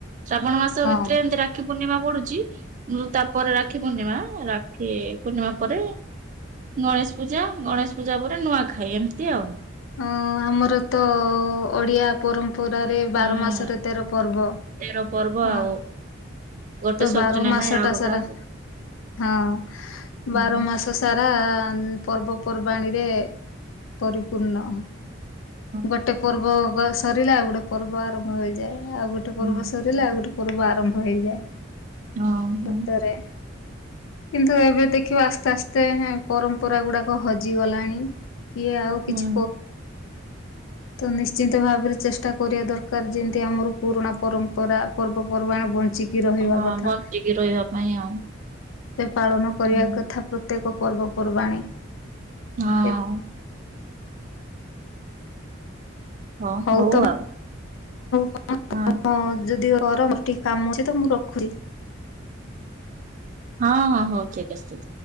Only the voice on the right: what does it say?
ଶ୍ରାବଣ ମାସ
ଭିତରେ ଏମତି ରାକ୍ଷୀ ପୂର୍ଣ୍ଣିମା ପୂର୍ଣ୍ଣିମା ପଡୁଛି ତାପରେ ରାକ୍ଷୀ ପୂର୍ଣ୍ଣିମା ରାକ୍ଷୀ ପୂର୍ଣ୍ଣିମା ପରେ ଗଣେଶ ପୂଜା ଗଣେଶ ପୂଜା ପରେ ନୂଆଖାଇ ଏମିତି ଆଉ।
ହୁଁ।
ତେର ପର୍ବ
ଆଉ ଗୋଟେ
ସରୁଛି
ନା
ନାଇଁ ଆଉ
ଗୋଟେ
ଆସୁଛି
ହୁଁ।
ହଁ
ହଁ।
ହଁ ହ
ହୁଁ
ହଁ
ବଞ୍ଚିକି ରହିବା ପାଇଁ ଆଉ
ହଁ
ହଁ
ହଁ
ଆଉ
ହଁ
ହଁ ହଁ ହଉ ଠିକ ଅଛି